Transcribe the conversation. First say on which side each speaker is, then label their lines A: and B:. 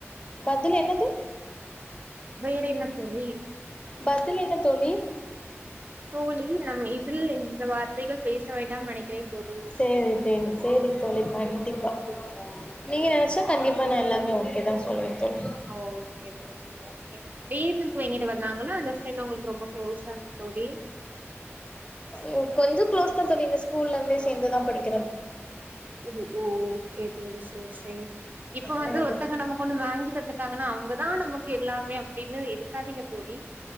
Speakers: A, on the left; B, on the right.
A: பதிலு என்னது
B: வேறன்ன தோழி
A: பதில் என்ன தோழி
B: தோழி நம் இதில் இந்த வார்த்தைகள் பேச வேண்டாம் நனைக்கிறேன் தோழி
A: சேரி தெரியு சேரி தோழி கண்டிப்பா,
B: ம்
A: நீங்க
B: சரி
A: நெனச்சா கண்டிப் ட்டன எல்லாமே ஓகே தா சொல்லுவே தோழி
B: ஆ ஓகே ஓகே திடீர்னு இப்போ என்கிட்ட வந்தாங்கனா அந்த ஃப்ரெண்ட் உங்கள்கு ரொம்ப குளோஸா தோழி
A: அ கொஞ்சோ குளோஸ் தா தோழி எங்க ஸ்கூல்லேந்து சேந்து தா படிக்
B: ம் ஹும் ஓ ஓகே தோழி சே சேர் சேரி இப்போ வந்து
A: சேரி
B: ஒர்தங்க நமக்கு ஒண்ணு வங்கி தந்துட்டாங்கன்னா அவுங்கதா நமக்கு எல்லாமே அப்டின்னு இருக்காதீங்க தோழி.